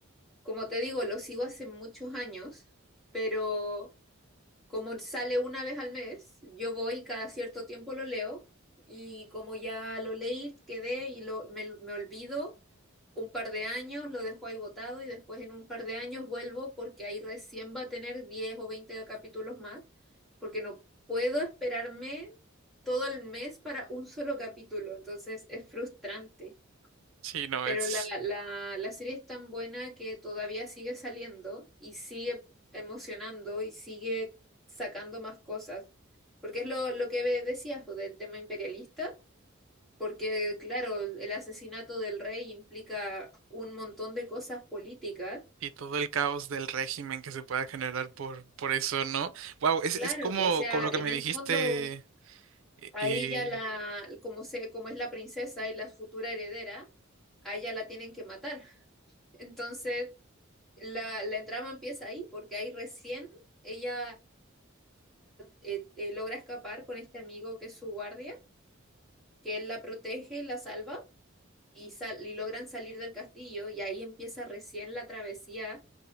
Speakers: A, in the centre; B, on the right (about 70°).
A: Como te digo, lo sigo hace muchos años, pero como sale una vez al mes, yo voy y cada cierto tiempo lo leo y como ya lo leí, quedé y lo, me, me olvido un par de años, lo dejo ahí botado y después en un par de años vuelvo porque ahí recién va a tener 10 o 20 capítulos más, porque no puedo esperarme todo el mes para un solo capítulo, entonces es frustrante.
B: sí, no,
A: Pero
B: es.
A: la, la, la serie es tan buena que todavía sigue saliendo y sigue emocionando y sigue sacando más cosas. Porque es lo, lo que ve- decías pues, del tema imperialista, porque claro, el asesinato del rey implica un montón de cosas políticas.
B: Y todo el caos del régimen que se pueda generar por, por eso, ¿no? Wow, es,
A: Claro,
B: es como,
A: o sea,
B: como lo
A: en
B: que me
A: el
B: dijiste
A: fondo,
B: eh,
A: ahí
B: eh,
A: ya la, como se, como es la princesa y la futura heredera, a ella la tienen que matar. Entonces, La, la trama empieza ahí, porque ahí recién ella eh, eh, logra escapar con este amigo que es su guardia, que él la protege y la salva, y, sal- y logran salir del castillo, y ahí empieza recién la travesía,